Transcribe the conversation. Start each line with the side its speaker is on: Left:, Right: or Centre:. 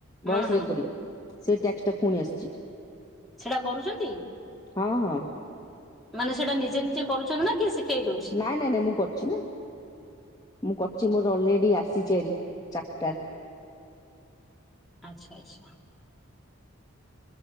Centre: ହଁ
Left: ଭଏସ
Centre: ହଁ
Left: ରେକର୍ଡିଂ ସେ ଟ୍ୟାକ୍ସ ଟା ପୁଣି ଆସିଛି।
Centre: ସେଟା କରୁଛନ୍ତି?
Left: ହଁ ହଁ।
Centre: ମାନେ ସେଇଟା ନିଜେ ନିଜେ କରୁଛନ୍ତି ନା କିଏ ଶିଖେଇ ଦଉଛି?
Left: ନାଇଁ ନାଇଁ ନାଇଁ ମୁଁ କରିଛି ନା ମୁଁ କରିଛି ମୋର ଅଲରେଡି ଆସିଚି ହାରି ଚାରିଟା
Centre: ଆଚ୍ଛା ଆଚ୍ଛା‌।